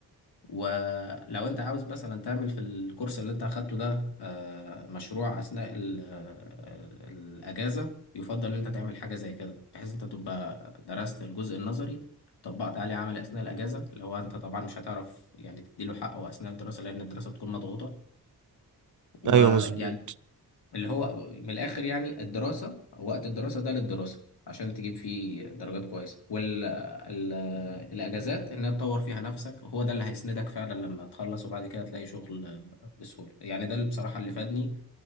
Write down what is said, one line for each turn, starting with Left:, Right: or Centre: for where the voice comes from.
Left: ولو انت عاوز مثلا تعمل في الكورس اللي انت اخدته ده آه، مشروع اثناء ال- آه، الاجازه يفضل ان انت تعمل حاجه زي كده بحيث انت تبقى درست الجزء النظري طبقت عليه عملي اثناء الاجازه لو انت طبعا مش هتعرف يعني تديله حقه اثناء الدراسه لان الدراسه بتكون مضغوطه ويعني
Right: أيوه تبقى مظبوط
Left: اللي هو من الاخر يعني الدراسه وقت الدراسه ده للدراسه عشان تجيب فيه درجات كويسه والاجازات انها تطور فيها نفسك هو ده اللي هيسندك فعلا لما تخلص وبعد كده تلاقي شغل بسهوله يعني ده اللي بصراحه اللي فادني